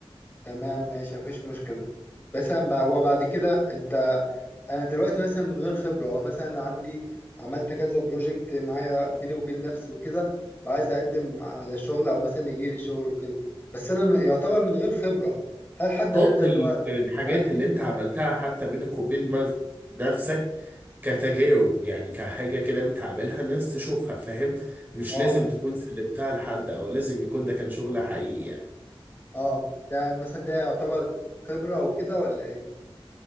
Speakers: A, on the left (about 20°); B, on the right (about 20°).
A: تمام ماشي مفيش مشكلة بس أنا بقى هو بعد كده انت انا دلوقتي مثلا من غير خبرة هو مثلا أنا عندي عملت كذا بروجكت معايا بيني وبين نفسي وكده وعايز اقدم على شغل او مثلا يجي لي شغل وكده بس انا م- يعتبر من غير خبرة هل حد
B: حط
A: هيرضى
B: ال-
A: اللي هو
B: الحاجات
A: يبعت
B: اللي
A: لي
B: انت عملتها حتى بينك وبين ما- نفسك كتجاوب يعني كحاجة كده انت عاملها الناس تشوفها فاهم مش
A: اه
B: لازم تكون سلمتها لحد او لازم يكون ده كان شغل حقيقي يعني
A: اه ده مثلا ده يعتبر خبرة او كده ولا ايه